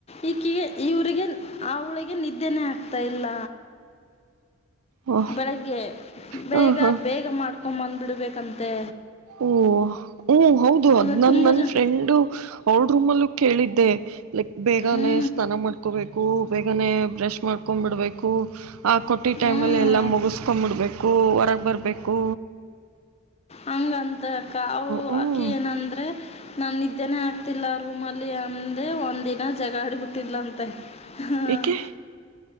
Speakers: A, on the left (about 30°); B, on the right (about 80°).
A: ಈಕಿಗೆ ಇವ್ರಿಗೆ ಅವಳಿಗೆ ನಿದ್ದೆನೆೇ ಆಗ್ತಾ ಇಲ್ಲ
B: ಹ
A: ಬೆಳಗ್ಗೆ ಬೇಗ
B: ಹ ಹಾ
A: ಬೇಗ ಮಾಡ್ಕೊಂಡು ಬಂದ್ಬಿಡಬೇಕಂತೆ
B: ಓ ಹೂ ಹೌದು ಅದ್
A: ಇವತ್ತು
B: ನನ್
A: ತುಂಬ
B: ನನ್
A: ಜನ
B: ಫ್ರೆಂಡು ಅವಳ ರೂಮ್ಲ್ಲೂ ಕೇಳಿದ್ದೆ ಲೈಕ್ ಬೇಗನೆ
A: ಹ್ಞೂ
B: ಸ್ನಾನ ಮಾಡ್ಕೋಬೇಕು ಬೇಗನೆ ಬ್ರಷ್ ಮಾಡ್ಕೊಂಡ್ ಬಿಡಬೇಕು ಆ ಕೊಟ್ಟಿ ಟೈಮಲ್ಲಿ
A: ಹ್ಞೂ
B: ಎಲ್ಲ ಮುಗಿಸ್ಕೊಂಡ್ಂಬಿಡ್ಬೇಕು ಹೊರಗೆ ಬರಬೇಕು
A: ಹಂಗಂತ ಅಕ್ಕ ಅವು
B: ಹ್ಮ್
A: ಅಕ್ಕಿ ಏನಂದ್ರೆ ನಂಗೆ ನಿದ್ದೆನೇ ಆಗ್ತಿಲ್ಲ ಆ ರೂಮ್ ಅಲ್ಲಿ ಅಂದೆ ಒಂದಿನ ಜಗಳ ಮಾಡಿಬಿಟ್ಟಿದರಂತೆ. ಹ್ಮ್
B: ಏಕೆ